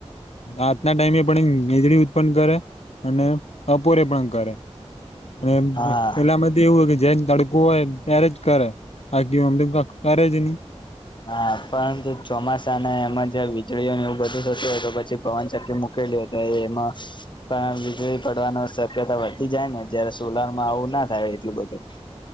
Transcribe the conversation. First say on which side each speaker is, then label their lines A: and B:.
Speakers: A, on the left; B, on the left.
A: આજના ટાઈમે પણ વીજળી ઉત્પન્ન કરે અને અપોરે પણ કરે અને
B: હા
A: પેલામાં એવું હો જે લડકોું હોય ત્યારે જ કરે બાકી અમદિન કરે જ ન
B: હા પરંતુ ચોમાસાને એમાં જે વીજળીઓ ને એવું બધું થતું હોય તો પછી પવન ચકલી મક એમાં પણ વીજળી પડવાની શક્યતા વધતી જાય ને જ્યારે સોલારમાં આવું <unintelligible> થાય એટલું બધું.